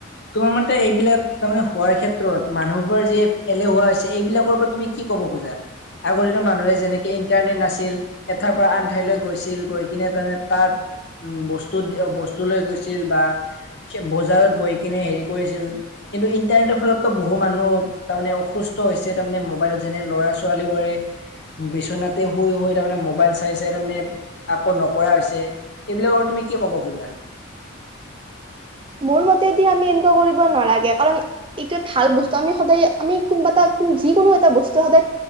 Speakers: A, on the left; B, on the right.
A: তোমাৰ মতে এইবিলাক তাৰমানে হোৱাৰ ক্ষেত্ৰত মানুহবোৰ যে এলেহুৱা হৈছে এইবিলাকৰ ওৰত তুমি কি ক'ব খোজা? আগৰ দিনৰ মানুহে যেনেকে ইণ্টাৰনেট নাছিল এঠাই পৰা আন ঠাইলৈ গৈছিল, গৈ কিনে তাৰমানে তাত বস্তু বস্তু লৈ গৈছিল, বা বজাৰত বহি কিনে হেৰি কৰিছিল কিন্তু ইণ্টাৰনেটৰ ফলতো বহু মানুহ তাৰমানে অসুস্থ হৈছে তাৰমানে মোবাইলত যেনে ল'ৰা ছোৱালী বোৰে বিচনাতে শুই শুই তাৰমানে মোবাইল চাই চাই তাৰমানে আকৌ নকৰা হৈছে। এইবিলাকৰ তুমি কি ক'ব খোজা?
B: মোৰ মতেদি আমি এনেকুৱা কৰিব নালাগে, কাৰণ এইটো ভাল বস্তু আমি সদায় আমি কোনোবা এটা যি কোনো এটা বস্তু সদায়